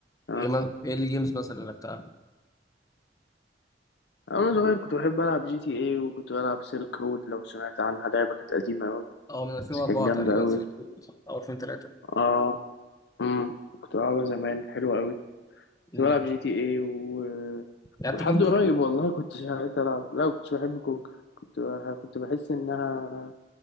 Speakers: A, on the left; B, on the left.
A: آه.
B: ايه ما- إيه اللي جيمز مثلا اللي لعبتها
A: أنا صغير كنت بحب ألعب جي تي اي وكنت بلعب سيلك رود لو سمعت عنها لعبة كانت قديمة أوي
B: اه من 2004
A: بس كانت جامدة
B: تقريبا
A: أوي
B: سيلك رود او 2003
A: اه امم كنت بلعبها زمان حلوة أوي كنت
B: امم.
A: بلعب جي تي اي و...
B: لعبت
A: ولحد
B: كونكر
A: قريب والله كنت ساعات ألعب لا كنتش بحب كونكر كنت بح... كنت بحس إنها